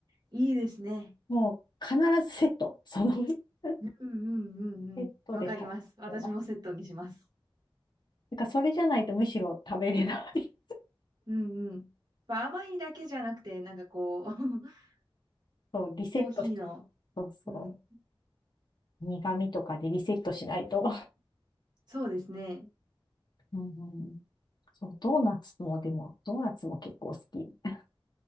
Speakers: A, on the right; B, on the left.
A: いいですね。
B: もう必ずセット、その <laughs>
A: うんうんうんうん。
B: セットで食べてます。
A: わかります。私もセットにします。
B: なんかそれじゃないとむしろ食べれない。
A: うんうん。まあ甘いだけじゃなくて、なんかこう、<laughs>
B: <laughs> そう、リセットし、
A: コーヒーの、
B: そうそ
A: うん。
B: う。苦味とかでリセットしないと。
A: そうですね。
B: <laughs> うんそう、ドーナツも、でも、ドーナツも結構好き。<laughs>